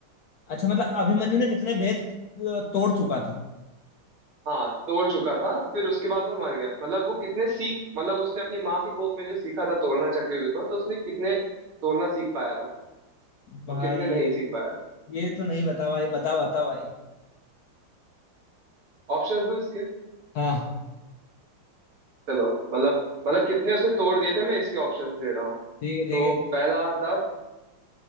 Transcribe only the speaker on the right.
हाँ तोड़ चुका था फिर उसके बाद वो मर गया मतलब वो कितने सीख मतलब उसने अपनी माँ के कोख में जो सीखा था तोड़ना चक्रव्यूह को तो उसने कितने तोड़ना सीख पाया था
और कितने
नहीं सीख पाया था
ऑप्शंस दो इसके
चलो मतलब मतलब कितने उसने तोड़ दिए थे मैं इसके ऑप्शंस दे रहा हूँ
तो
पहला दस